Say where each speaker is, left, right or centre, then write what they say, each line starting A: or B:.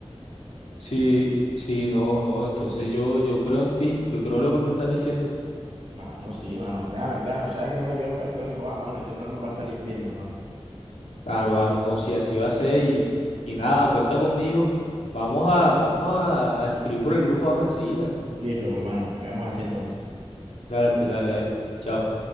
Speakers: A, on the left; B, on the right.
A: Sí, sí, no, no, entonces yo, yo creo en ti, yo creo en lo que me estás diciendo.
B: Mano, sí, mano, créame, créame. O sea que no le quedó faltón, hijo, va, mano. Ese plano nos va a salir firme, mano.
A: Claro, claro, no, sí, así va a ser y, y nada, cuenta conmigo. Vamos a, vamos a, a escribir por el grupo ahora enseguida.
B: Listo, pues, mano, pues quedamos así entonces.
A: Dale, pues dale, dale. Chao.